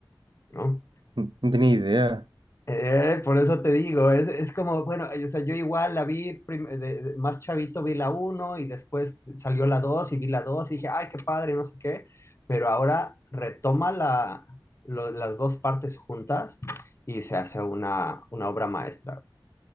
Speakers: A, on the left; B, on the right.
A: ¿no?
B: No no tenía idea.
A: Eh, por eso te digo, es, es como, bueno, eh, o sea, yo igual la vi prim- eh, de- de- más chavito, vi la uno y después salió la 2 y vi la 2 y dije, ay, qué padre, no sé qué, pero ahora retoma la, lo- las dos partes juntas y se hace una, una obra maestra.